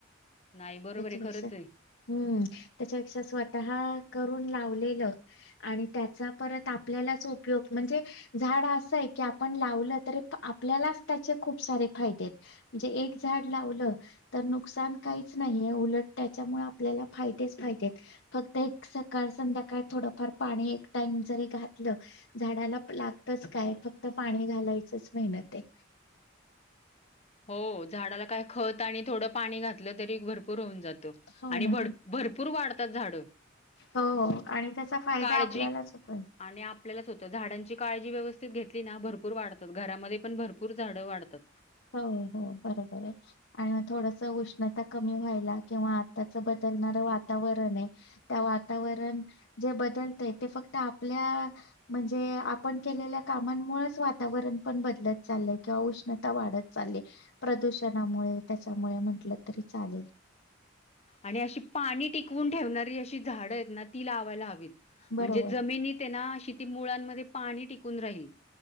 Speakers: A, on the left; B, on the left.
A: नाही बरोबर
B: त्याच्यापेक्षा
A: आहे खरंच आहे.
B: हम्म त्याच्यापेक्षा स्वतः करून लावलेलं आणि त्याचा परत आपल्यालाच उपयोग म्हणजे झाड असं आहे की आपण लावलं तरी आपल्यालाच त्याचे खूप सारे फायदे आएत, म्हणजे एक झाड लावलं तर नुकसान काहीच नाहीये उलट त्याच्यामुळे आपल्याला फायदेच फायदेत. फक्त एक सकाळ संध्याकाळ थोडंफार पाणी एक टाइम जरी घातलं, झाडाला लागतच काय फक्त पाणी घालायचच मेहनते.
A: हो झाडाला काय खत आणि थोडं पाणी घातलं तरी भरप पूर होऊन जातो.
B: हो
A: आणि
B: ना
A: भड भरपूर वाढ तात झाडं.
B: हो, आणि त्याचा फायदा
A: काळजी
B: आपल्यालाच होतोय.
A: आणि आपल्यालाच होतं झाडांची काळजी व्यवस्थित घेतली ना भरपूर वाढतात. घरामध्ये पण भरपूर झाडं वाढतात.
B: हो-हो बरोबर आय. आणि म थोडंसं उष्णता कमी व्हाय ला किंवा आताचं ब तलणारं वातावरण ए, त्या वातावरण जे बदलतंय ते फक्त आपल्या म्हणजे आपण केलेल्या कामांमुळेच वातावरण पण बदलत चाललंय, किंवा उष्ण ता वाढत चालले. प्रदूषणामुळे त्याच्यामुळे म्हंटलं तरी चालेल.
A: आणि अशी पाणी टिकवून ठेवणारी अशी झाडं आहेत ना ती लावायला हवीत.
B: बरोबर.
A: म्हणजे जमिनी तेना अशी ती मुळांमध्ये पाणी टिकून राहील.